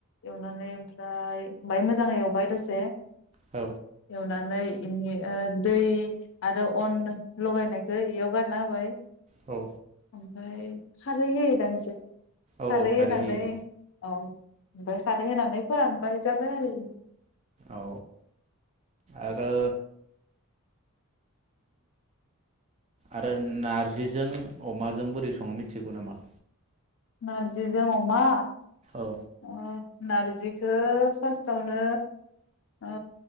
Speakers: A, on the left (about 60°); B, on the right (about 30°).
A: एवनानै ओमफ्राय बाय मोजां एवबाय दसे
B: औ
A: एवना नै इनि दै आरो अन लगायनायखौ एयाव गारना होबाय
B: औ
A: ओमफ्राय खारै होयोदां एसे
B: औ
A: खारै
B: औ खारि
A: होनानै
B: होयो।
A: औ ओमफ्राय खारै होनानै फोरानबाय जाबाय आरो
B: औ आरो आरो नारजिजों अमाजों बोरै सङो मिथिगौ नामा?
A: नारजिजों अमा?
B: औ
A: उम नार्जिखौ फार्स्टआवनो ओ